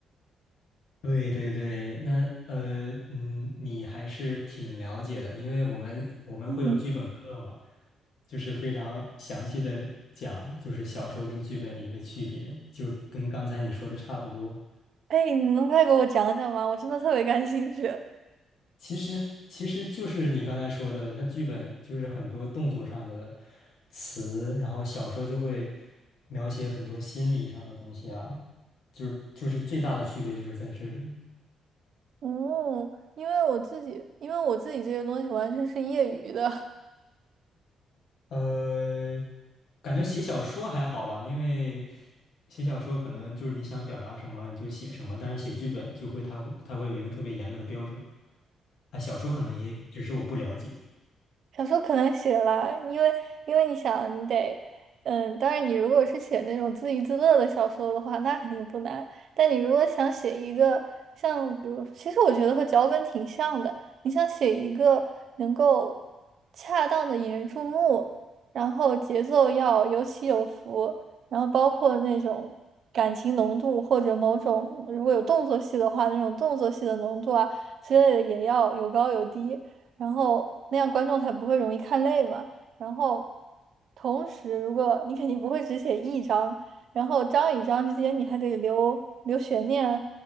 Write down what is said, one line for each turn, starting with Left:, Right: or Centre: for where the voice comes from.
Left: 对对对，那呃嗯，你还是挺了解的，因为我们我们会有剧本课嘛，
Right: 嗯。
Left: 就是非常详细的讲，就是小说跟剧本一个区别，就跟刚才你说的差不多。
Right: 哎，你能再给我讲讲吗？我真的特别感兴趣。
Left: 其实其实就是你刚才说的，它剧本就是很多动作上的词，然后小说就会描写很多心理上的东西啊，就是就是最大的区别就是在这里。
Right: 哦，因为我自己，因为我自己这些东西完全是业余的，<laughs>
Left: 呃，感觉写小说还好吧，因为写小说可能就是你想表达什么你就写什么，但是写剧本就会它会它会有一个特别严格的标准啊，小说可能也有只是我不了解
Right: 小说可能写了，因为因为你想，你得，嗯，当然你如果是写那种自娱自乐的小说的话，那肯定不难。但你如果想写一个像，比如，其实我觉得和脚本挺像的，你想写一个能够恰当的引人注目，然后节奏要有起有伏，然后包括那种感情浓度或者某种如果有动作戏的话，那种动作戏的浓度啊之类的也要有高有低。然后那样观众才不会容易看累嘛。然后，同时如果你肯定不会只写一章，然后章与章之间你还得留留悬念啊，